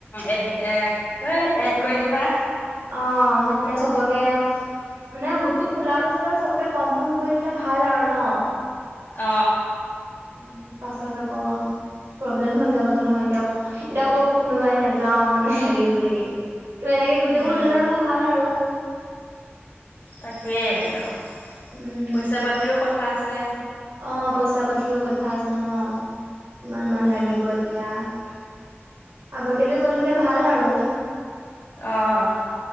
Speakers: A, on the left (about 50°); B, on the right (about 80°).
A: এডমি এ এ এড
B: উম,
A: কৰি দিবা
B: অ', মানে চবকে মানে গোটটো খোলাৰ পিছত আৰু চবকে কনফাৰ্ম কৰি দিলে ভাল আৰু ন
A: অ
B: উম পাছত আকৌ প্ৰব্লেম হৈ যাব নহয় এতিয়া এতিয়া কব কোনোবাই নাযাও হেৰি বুলি তো, এনেকে গোটেইবোৰ
A: উম
B: ওলালে মানে ভাল আৰু।
A: তাকেই আৰু
B: উম।
A: পইচা-পাতিৰো কথা আছে।
B: অ'পইচা-পাতিৰো কথা আছে ন কিমান মান
A: উম
B: লাগিব এতিয়া। আগতীয়াকে কৈ থলে ভাল আৰু।
A: অহ'।